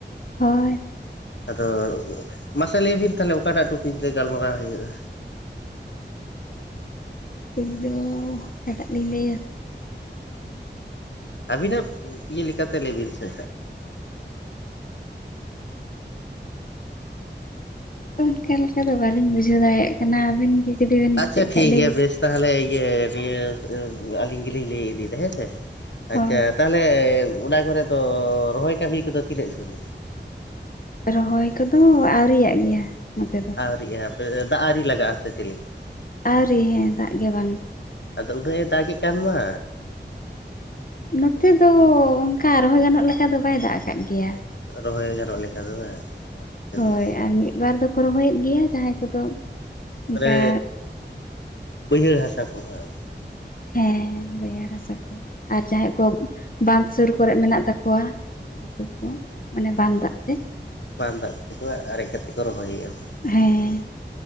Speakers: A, on the left (about 50°); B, on the left (about 70°).
A: ᱦᱳᱭ
B: ᱟᱫᱚ ᱢᱟᱥᱮ ᱞᱟᱹᱭ ᱵᱤᱱ ᱛᱟᱦᱚᱞᱮ ᱚᱠᱟᱴᱟᱜ ᱴᱩᱯᱤᱠ ᱞᱮ ᱜᱟᱞᱢᱟᱨᱟᱣ ᱦᱩᱭᱩᱜᱼᱟ᱾
A: ᱟᱞᱤᱧ ᱫᱚ ᱚᱠᱟᱴᱟᱜ ᱞᱤᱧ ᱞᱟᱹᱭᱟ᱾
B: ᱟᱹᱵᱤᱱᱟᱜ ᱤᱭᱟᱹ ᱞᱮᱠᱟᱛᱮ ᱞᱟᱹᱭᱵᱤᱱ ᱥᱮ
A: ᱚᱱᱠᱟ ᱞᱮᱠᱟ ᱫᱚ ᱵᱟᱹᱞᱤᱧ ᱵᱩᱡᱷᱟᱹᱣ ᱫᱟᱲᱮᱭᱟᱜ ᱠᱟᱱᱟ ᱟᱵᱮᱱ ᱜᱮ ᱡᱩᱫᱤ ᱵᱮᱱ ᱫᱤᱥᱟᱹᱭ
B: ᱟᱪᱷᱟ ᱴᱷᱤᱠ
A: ᱠᱷᱟᱡ ᱞᱟᱹᱭ
B: ᱜᱮᱭᱟ
A: ᱵᱤᱱ
B: ᱵᱮᱥ ᱛᱟᱦᱚᱞᱮ ᱤᱭᱟᱹ ᱤᱭᱟᱹ ᱟᱹᱞᱤᱧ ᱜᱮᱞᱤᱧ ᱞᱟᱹᱭ ᱤᱫᱤᱭᱫᱟ ᱦᱮᱸᱥᱮ ᱟᱪᱷᱟ
A: ᱦᱳᱭ
B: ᱟᱞᱮ ᱚᱱᱟ ᱠᱚᱨᱮ ᱫᱚ ᱨᱚᱦᱚᱭ ᱠᱟᱹᱢᱤ ᱠᱚᱫᱚ ᱛᱤᱱᱟᱹᱜ ᱡᱷᱟᱹᱞ ᱢᱮᱱᱟᱜᱼᱟ?
A: ᱨᱚᱦᱚᱭ ᱠᱚᱫᱚ ᱟᱹᱣᱨᱤᱭᱟᱜ ᱜᱮᱭᱟ ᱱᱚᱛᱮ ᱫᱚ᱾
B: ᱟᱹᱣᱨᱤᱜᱼᱟ ᱟᱯᱮ ᱫᱟᱜ ᱟᱣᱨᱤ ᱞᱟᱜᱼᱟ ᱥᱮ ᱪᱮᱫ ᱞᱮᱠᱟ?
A: ᱟᱹᱣᱨᱤ ᱦᱮᱸ ᱫᱟᱜ ᱜᱮ ᱵᱟᱝ
B: ᱟᱫᱚ ᱩᱱᱟᱹᱜ ᱮ ᱫᱟᱜ ᱮᱫ ᱠᱟᱱ ᱢᱟ?
A: ᱱᱚᱛᱮ ᱫᱚ ᱚᱱᱠᱟ ᱨᱚᱦᱚᱭ ᱜᱟᱱᱚᱜ ᱞᱮᱠᱟ ᱫᱚ ᱵᱟᱭ ᱫᱟᱜ ᱟᱠᱟᱫ ᱜᱮᱭᱟ᱾
B: ᱨᱚᱦᱚᱭ ᱜᱟᱱᱚᱜ
A: ᱟᱨ
B: ᱞᱮᱠᱟ ᱫᱚ ᱵᱟᱝ ᱟᱪᱪᱷᱟ
A: ᱦᱳᱭ
B: ᱵᱮᱥ
A: ᱟᱨ ᱢᱤᱫ ᱵᱟᱨ ᱫᱚᱠᱚ ᱨᱚᱦᱚᱭᱮᱫ ᱜᱮᱭᱟ ᱡᱟᱦᱟᱸᱭ ᱠᱚᱫᱚ ᱚᱱᱠᱟ
B: ᱢᱟᱱᱮ ᱵᱟᱹᱭᱦᱟᱹᱲ ᱦᱟᱥᱟ ᱠᱚᱦᱚᱸ᱾
A: ᱦᱮᱸ ᱵᱟᱹᱭᱦᱟᱹᱲ ᱦᱟᱥᱟ ᱠᱚ᱾ ᱟᱨ ᱡᱟᱦᱟᱸᱭ ᱠᱚ ᱵᱟᱸᱫᱷ ᱥᱩᱨ ᱠᱚᱨᱮ ᱢᱮᱱᱟᱜ ᱛᱟᱠᱚᱣᱟ ᱩᱱᱠᱩ ᱠᱚ ᱢᱟᱱᱮ ᱵᱟᱸᱫᱷ ᱫᱟᱜ ᱛᱮ
B: ᱵᱟᱸᱫᱷ ᱫᱟᱜ ᱛᱮᱠᱚ ᱟᱨᱮᱡ ᱠᱟᱛᱮᱫ ᱠᱚ ᱨᱚᱦᱚᱭᱮᱫᱼᱟ ᱵᱟᱝ?
A: ᱦᱮᱸ